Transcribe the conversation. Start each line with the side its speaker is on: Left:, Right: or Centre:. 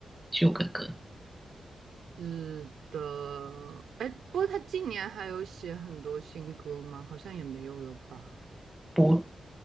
Centre: 旧的歌。
Right: 是的。哎，不过他近年还有写很多新歌吗？好像也没有了吧。
Centre: 不